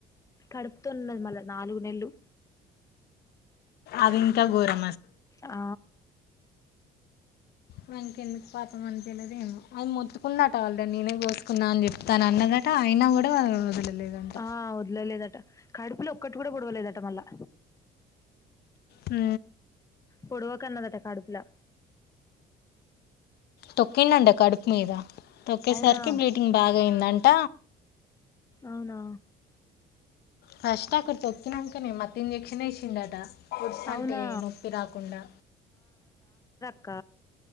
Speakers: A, on the left; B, on the left.
A: కడుపు న్నది మళ్ళా నాలుగు నెలలు
B: అవింకా గోరం
A: ఆ
B: మనకి ఎందుకు పాతం అన వెలేదేమో అది మొత్తుకున్నట ఆల్రెడీ నేనే కోసుకున్నా అని చెప్పి తన అన్నదా అంటే అయినా కూడా వాళ్ళ వదలలేదంట
A: ఆ వదలలేదట కడుపులో ఒక్కటి కూడా పొడవలేదట మళ్ళా
B: అ
A: పొడువ కన్నదటా కడుపులా
B: తొక్కిండండి కడుపు మీద తొక్కేసరికి
A: అవునా
B: బ్లీడింగ్ బాగాయందంట
A: అవునా
B: ఫస్ట్ అక్కడ తొక్కినాక న మత్త ఇంజెక్షన్ వేసిండట వడ్స్
A: అవునా
B: అంటే నొప్పి రాకుండా
A: కుక్క